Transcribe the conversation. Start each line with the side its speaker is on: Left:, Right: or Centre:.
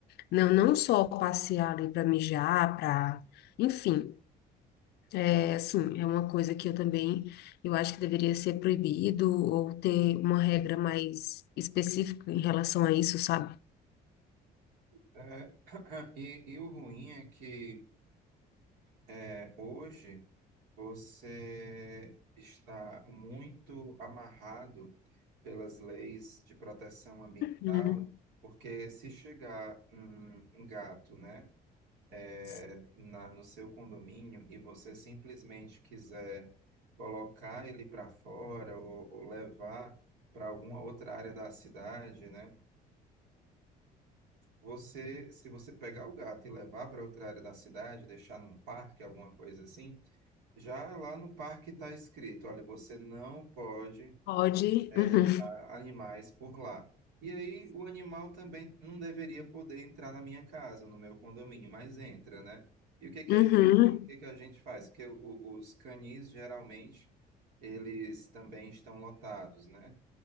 Left: Não, não só passear ali para mijar, para. Enfim, É, assim, é uma coisa que eu também, eu acho que deveria ser proibido ou ter uma regra mais específica em relação a isso, sabe?
Right: É, <clears throat> e, e o ruim é que é, hoje Você está muito amarrado pelas leis de proteção ambiental,
Left: Uhum.
Right: porque se chegar um, um gato, né, é,
Left: Sim.
Right: na- no seu condomínio e você simplesmente quiser colocar ele para fora ou, ou levar para alguma outra área da cidade, né, você, se você pegar o gato e levar para outra área da cidade, deixar num parque, alguma coisa assim já lá no parque está escrito, olha, você não pode
Left: Pode.
Right: eh,
Left: Uhum.
Right: deixar animais por lá. E aí o animal também não deveria poder entrar na minha casa, no meu condomínio, mas entra, né? E o que que
Left: Uhum.
Right: a gente, o que que a gente faz? Porque o- os canis geralmente eles também estão lotados, né?